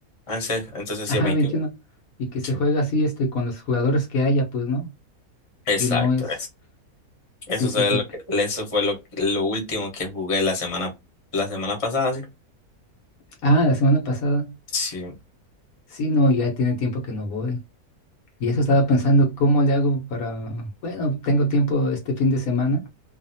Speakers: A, on the left; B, on the left.
A: Entonces, entonces
B: ajá,
A: sí es veintiuno
B: 21, y que se
A: Sí.
B: juega así, este, con los jugadores que haya, pues, ¿no?
A: Exacto,
B: Que no es,
A: eso. Eso
B: sí, sí,
A: fue
B: sí.
A: lo que, eso fue lo, lo último que jugué la semana, la semana pasada, sí.
B: Ah, la semana pasada,
A: Sí.
B: sí, no, ya tiene tiempo que no voy. Y eso estaba pensando, ¿cómo le hago para, bueno, tengo tiempo este fin de semana,